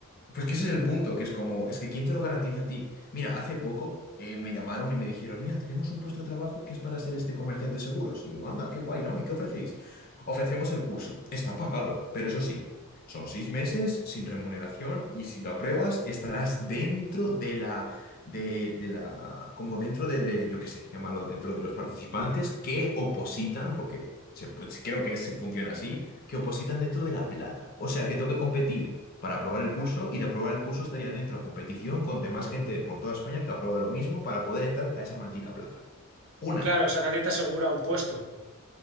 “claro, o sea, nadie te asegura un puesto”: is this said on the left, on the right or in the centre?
Right